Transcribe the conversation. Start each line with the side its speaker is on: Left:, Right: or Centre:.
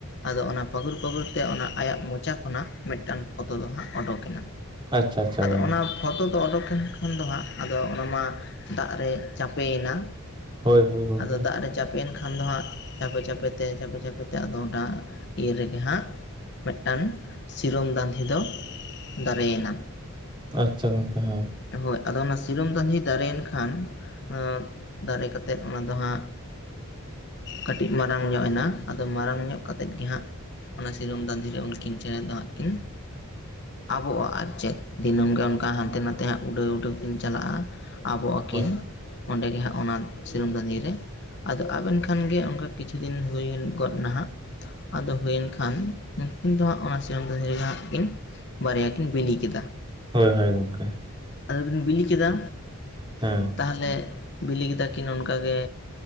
Left: ᱟᱫᱚ ᱚᱱᱟ ᱯᱟᱹᱜᱲ ᱯᱟᱹᱜᱩᱨ ᱛᱮ ᱚᱱᱟ ᱟᱭᱟᱜ ᱢᱚᱪᱟ ᱠᱷᱚᱱᱟᱜ ᱢᱤᱫᱴᱟᱝ ᱯᱷᱚᱛᱚ ᱫᱚ ᱦᱟᱸᱜ ᱚᱰᱳᱠᱮᱱᱟ
Right: ᱟᱪᱪᱷᱟ ᱟᱪᱪᱷᱟ
Left: ᱟᱫᱚ
Right: ᱜᱚᱝᱠᱮ
Left: ᱚᱱᱟᱵ ᱯᱷᱚᱛᱚᱫ ᱫᱚ ᱚᱰᱚᱠ ᱮᱱ ᱠᱷᱟᱱ ᱫᱚ ᱦᱟᱸᱜ ᱟᱫᱚ ᱚᱱᱟ ᱢᱟ ᱫᱟᱜ ᱨᱮ ᱪᱟᱯᱮᱭ ᱮᱱᱟ
Right: ᱦᱳᱭ ᱦᱳᱭ ᱜᱚᱝᱠᱮ
Left: ᱟᱫᱚ ᱫᱟᱜ ᱨᱮ ᱪᱟᱯᱮᱱ ᱠᱷᱟᱱ ᱫᱚ ᱦᱟᱸᱜ ᱪᱟᱯᱮ ᱪᱟᱯᱮ ᱛᱮ ᱪᱟᱯᱮ ᱪᱟᱯᱮ ᱛᱮ ᱟᱫᱚ ᱰᱟᱸ ᱤᱱ ᱨᱮᱜᱮ ᱦᱟᱸᱜ ᱢᱤᱫᱴᱟᱱ ᱥᱤᱨᱚᱢ ᱫᱟᱸᱫᱷᱤ ᱫᱚ ᱫᱟᱨᱮᱭᱮᱱᱟ
Right: ᱟᱪᱷᱟ ᱜᱚᱝᱠᱮ ᱦᱳᱭ
Left: ᱦᱳᱭ ᱟᱫᱚ ᱚᱱᱟ ᱥᱤᱨᱚᱢ ᱛᱟᱸᱫᱷᱤ ᱫᱟᱨᱮᱭᱮᱱ ᱠᱷᱟᱱ <inaudible> ᱫᱟᱨᱮ ᱠᱟᱛᱮᱫ ᱚᱱᱟ ᱫᱚ ᱦᱟᱸᱜ ᱠᱟᱹᱴᱤᱜᱽ ᱢᱟᱨᱟᱝ ᱧᱚᱜ ᱮᱱᱟ ᱟᱫᱚ ᱢᱟᱨᱟᱝ ᱧᱚᱜ ᱠᱟᱛᱮ ᱜᱮ ᱦᱟᱸᱜ ᱚᱱᱟ ᱥᱤᱨᱚᱢ ᱫᱟᱸᱫᱤᱨᱮ ᱩᱱᱠᱤᱱ ᱪᱮᱸᱬᱮ ᱫᱚ ᱦᱟᱸᱜ ᱠᱤᱱ ᱟᱵᱚᱜᱼᱟ ᱟᱨ ᱪᱮᱫ ᱫᱤᱱᱟᱹᱢ ᱜᱮ ᱚᱱᱠᱟ ᱦᱟᱱᱛᱮ ᱱᱟᱛᱮ ᱦᱟᱸᱜ ᱩᱰᱟᱹᱣ ᱩᱰᱟᱹᱣ ᱠᱤᱱ ᱪᱟᱞᱟᱜᱼᱟ ᱟᱵᱚ ᱟᱹᱠᱤᱱ
Right: ᱦᱳᱭ
Left: ᱚᱸᱰᱮᱜᱮᱦᱟᱸᱜ ᱚᱱᱟ ᱥᱤᱨᱟᱹᱢ ᱫᱦᱟᱺᱫᱤᱨ ᱨᱮ ᱟᱫᱚ ᱟᱹᱵᱮᱱ ᱠᱷᱟᱱ ᱜᱮ ᱚᱱᱠᱟ ᱠᱤᱪᱷᱩ ᱫᱤᱱ ᱦᱩᱭ ᱜᱚᱫ ᱱᱟᱦᱟᱜ ᱟᱫᱚ ᱦᱩᱭᱮᱱ ᱠᱷᱟᱱ ᱩᱱᱠᱤᱱ ᱫᱚ ᱦᱟᱸᱜ ᱚᱱᱟ ᱥᱤᱨᱚᱢ ᱫᱤᱨ ᱨᱮᱜᱮ ᱦᱟᱸᱜ ᱠᱤᱱ ᱵᱟᱨᱭᱟ ᱠᱤᱱ ᱵᱤᱱᱤ ᱠᱮᱫᱟ
Right: ᱦᱳᱭ ᱦᱳᱭ ᱜᱚᱝᱠᱮ
Left: ᱟᱫᱚ ᱠᱤᱱ ᱵᱤᱞᱤ ᱠᱮᱫᱟ
Right: ᱦᱚᱸᱻ
Left: ᱛᱟᱦᱚᱞᱮ ᱵᱤᱞᱤ ᱠᱮᱫᱟ ᱠᱤᱱ ᱚᱱᱠᱟ ᱜᱮ